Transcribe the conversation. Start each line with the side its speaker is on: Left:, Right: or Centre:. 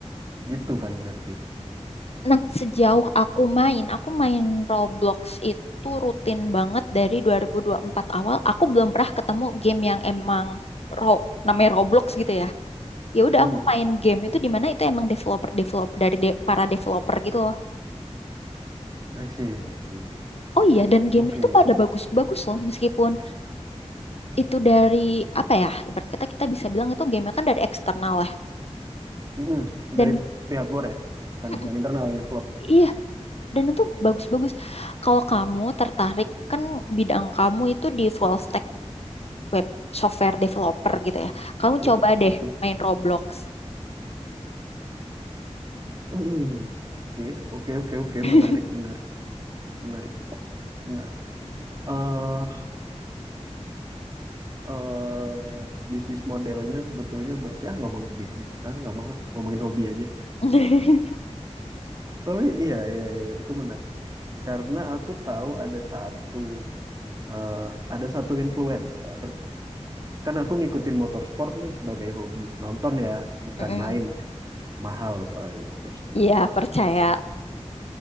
Right: gitu kan berarti
Left: nah sejauh aku main aku main Roblox itu rutin banget dari dua ribu dua ribu empat awal aku belum pernah ketemu game yang emang ro namanya Roblox gitu ya ya udah
Right: hmm
Left: aku main game itu di mana itu emang developer developer dari de- para developer gitu loh
Right: I see, I see.
Left: oh iya dan game
Right: oke
Left: itu pada bagus-bagus loh meskipun itu dari apa ya ibarat kata kita bisa bilang itu game kan dari eksternal ya
Right: Mm-mm.
Left: dan
Right: dari pihak luar ya bukan
Left: Mm-mm.
Right: bukan internal yang develop tuh
Left: iya dan itu bagus-bagus kalau kamu tertarik kan bidang kamu itu di full stack web software developer gitu ya kamu
Right: Mm,
Left: coba deh
Right: betul
Left: main Roblox
Right: Mm-mm. oke oke oke oke
Left: <laughs>
Right: menarik menarik menarik menarik eh eh, bisnis modelnya sebetulnya Babs ya ngomongin bisnis ah nggak mau ah ngomongin hobi aja
Left: Mm-mm.
Right: tapi iya iya iya itu menarik Karena aku tahu ada satu eh, ada satu influencer. Kan aku ngikutin motorsport nih sebagai hobi. Nonton ya, bukan
Left: Mm-mm.
Right: main ya. Mahal soalnya motorsport.
Left: Iya percaya